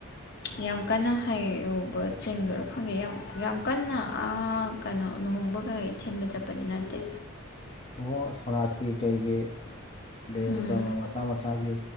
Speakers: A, on the left (about 50°); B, on the left (about 25°).
A: ꯌꯥꯝ ꯀꯟꯅ ꯍꯩꯔꯨꯕ ꯆꯤꯟꯒꯔꯣ ꯈꯪꯗꯦ ꯌꯥꯝ ꯌꯥꯝ ꯀꯟꯅ ꯑꯥ ꯀꯩꯅꯣ ꯂꯨꯍꯣꯡꯕꯒꯩꯩ ꯊꯤꯟꯕ ꯆꯠꯄ ꯕꯗꯤ ꯅꯠꯇꯦ
B: ꯑꯣꯑꯣ ꯁꯣꯔꯠꯀꯤ ꯀꯩꯒꯤ ꯗꯦꯕ
A: ꯎꯝ
B: ꯀꯔꯃ ꯃꯆꯥ ꯃꯆꯥꯒꯤ